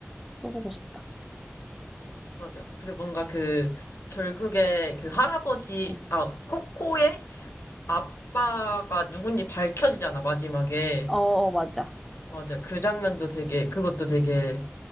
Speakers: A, in the centre; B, on the left.
A: 또 보고 싶다.
B: 맞아. 그리고 뭔가 그, 결국에 그 할아버지,
A: 음.
B: 아, 코코의 아빠가 누군지 밝혀지잖아, 마지막에.
A: 어, 어, 맞아.
B: 맞아. 그 장면도 되게, 그것도 되게